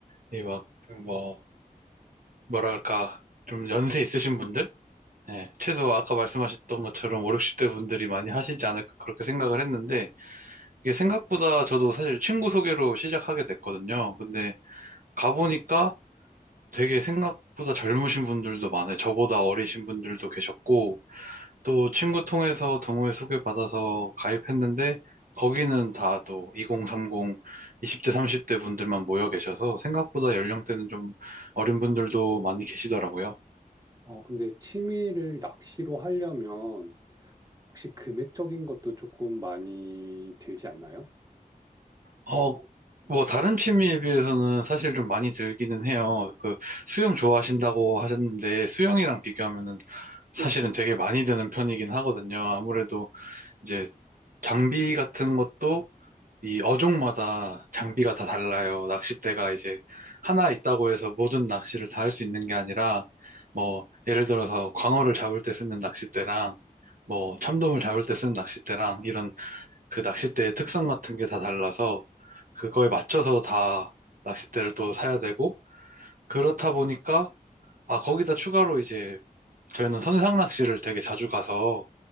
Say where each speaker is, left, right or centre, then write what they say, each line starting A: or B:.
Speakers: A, on the right; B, on the right.
A: 이 막, 뭐, 뭐랄까, 좀 연세 있으신 분들? 예, 최소 아까 말씀하셨던 것처럼 5, 60대 분들이 많이 하시지 않을까 그렇게 생각을 했는데, 이게 생각보다 저도 사실 친구 소개로 시작하게 됐거든요. 근데 가보니까 되게 생각보다 젊으신 분들도 많아요. 저보다 어리신 분들도 계셨고, 또 친구 통해서 동호회 소개받아서 가입했는데 거기는 다 또 2030, 20대, 30대 분들만 모여 계셔서 생각보다 연령대는 좀 어린 분들도 많이 계시더라고요.
B: 어, 근데 취미를 낚시로 하려면 혹시 금액적인 것도 조금 많이 들지 않나요?
A: 어, 뭐 다른 취미에 비해서는 사실 좀 많이 들기는 해요. 그 수영 좋아하신다고 하셨는데 수영이랑 비교하면은 사실은 되게 많이 드는 편이긴 하거든요. 아무래도 이제 장비 같은 것도 이 어종마다 장비가 다 달라요. 낚싯대가 이제 하나 있다고 해서 모든 낚시를 다 할 수 있는 게 아니라, 뭐, 예를 들어서 광어를 잡을 때 쓰는 낚싯대랑, 뭐, 참돔을 잡을 때 쓰는 낚싯대랑, 이런 그 낚싯대의 특성 같은 게 다 달라서, 그거에 맞춰서 다 낚싯대를 또 사야 되고, 그렇다 보니까, 아, 거기다 추가로 이제, 저희는 선상 낚시를 되게 자주 가서,